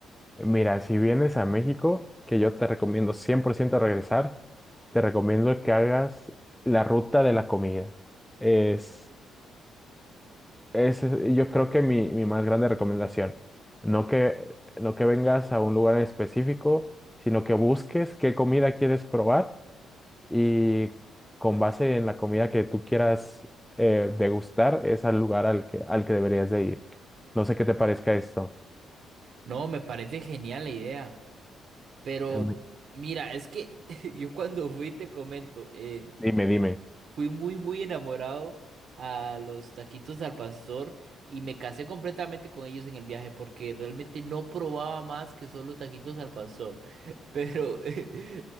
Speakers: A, in the centre; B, on the right.
A: Mira, si vienes a México, que yo te recomiendo 100% regresar, te recomiendo que hagas la ruta de la comida. Es, es es- yo creo que mi, mi más grande recomendación. No que, no que vengas a un lugar en específico, sino que busques qué comida quieres probar y con base en la comida que tú quieras eh, degustar, es al lugar al que, al que deberías de ir. No sé qué te parezca esto.
B: No, me parece genial la idea, pero
A: Em,
B: m- mira, es que <laughs> yo cuando fui, te comento, eh,
A: Dime, dime.
B: fui muy, muy enamorado a los taquitos al pastor y me casé completamente con ellos en el viaje porque realmente no probaba más que solo taquitos al pastor. Pero <laughs>